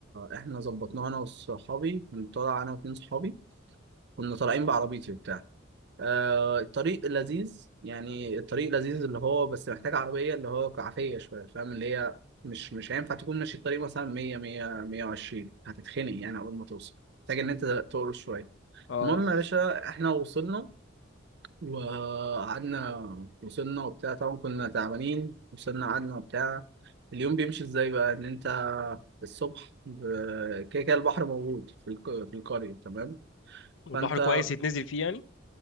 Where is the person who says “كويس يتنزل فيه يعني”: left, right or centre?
Left